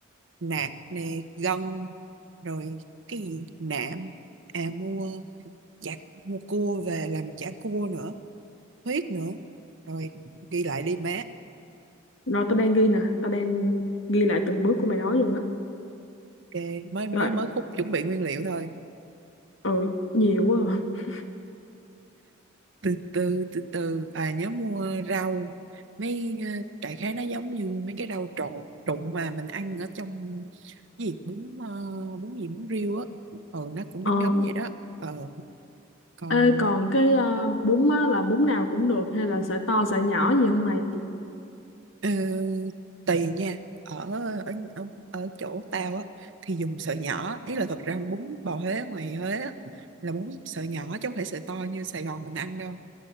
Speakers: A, on the right; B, on the left.
A: nạc nè gân rồi cái gì nạm à mua chả mua cua về làm chả cua nữa huyết nữa rồi ghi lại đi má
B: Rồi tao đang ghi nè. Tao đang ghi lại từng bước của mày nói luôn á.
A: ok mới mới
B: Rồi,
A: mới khúc chuẩn bị nguyên liệu thôi
B: ừ, nhiều quá. à.
A: từ từ từ từ à nhớ mua rau mấy ờ, đại khái nó giống như mấy cái rau trộn trụng mà mình ăn ở trong cái gì bún ờ, bún gì bún riêu á ừ nó cũng
B: Ờ.
A: giống giống vậy đó ờ còn
B: Ê, còn cái ờ, bún á, là bún nào cũng được hay là sợi to sợi nhỏ gì không mày?
A: ờ, tùy nha ở ở ở, ở chỗ tao á thì dùng sợi nhỏ ý là thật ra bún bò Huế ngoài Huế á, là bún sợi nhỏ chứ không phải sợi to như Sài Gòn mình ăn đâu